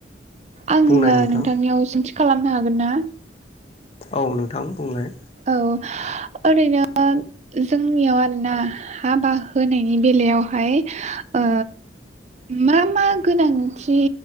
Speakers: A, on the right; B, on the left.
A: आंङो
B: बुंनाय नोंथां
A: नोंथांनियाव सोंथि खालामनो हागोन ना?
B: औ नोंथां बुंलाय?
A: औ ओरैनो जोंनियाव आरो ना हाबा होनायनि बेलायाव हाय ओ मा मा गोनांथि